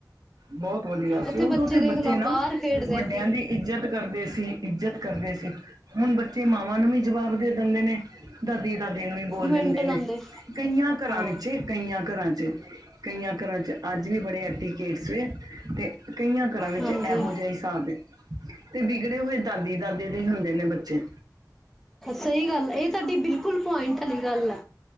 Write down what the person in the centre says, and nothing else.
ਉੱਥੇ
ਦੇਖ
ਲਓ
ਬਾਹਰ ਖੇਡਦੇ
ਸੀ
ਮਿੰਟ
ਲਾਉਂਦੇ
ਹਾਂ।
ਹਾਂਜੀ
ਸਹੀ ਗੱਲ ਆ ਇਹ ਤੁਹਾਡੀ ਬਿਲਕੁਲ ਪੁਆਇੰਟ ਆਲੀ ਗੱਲ ਹੈ।